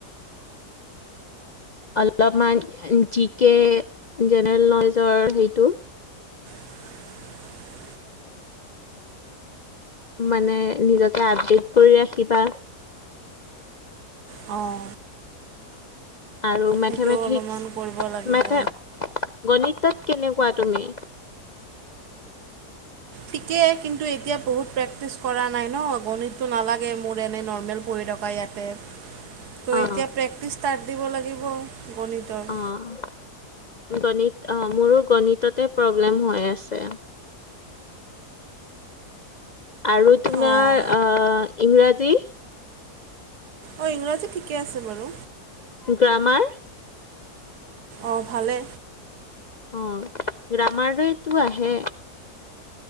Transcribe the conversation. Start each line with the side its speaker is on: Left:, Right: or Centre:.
Left: অলপমান জি কে জেনেৰেল নলেজৰ হেইটো
Right: <unintelligible>
Left: মানে নিজকে আপডেট কৰি ৰাখিবা
Right: অঁ
Left: আৰু মেথেমেথিক্স
Right: সেইটো অলপমান কৰিব লাগিব
Left: মেথে গণিতত কেনেকোৱা তুমি
Right: ঠিকে কিন্তু এতিয়া বহুত প্ৰেক্টিচ কৰা নাই ন গণিতটো নালাগে মোৰ এনে নৰ্মেল পঢ়ি থা পায় ইয়াতে ত'
Left: অ',
Right: এতিয়া প্ৰেক্টিচ ষ্টাৰ্ট দিব লাগিব গণিতৰ
Left: অ', গণিত অ মোৰো গণিততে প্ৰব্লেম হৈ আছে আৰু তোমাৰ
Right: অঁ
Left: অ ইংৰাজী
Right: অ ইংৰাজী ঠিকে আছে বাৰু
Left: গ্ৰামাৰ
Right: অ ভালে
Left: অ গ্ৰামাৰ দৰেতো আহে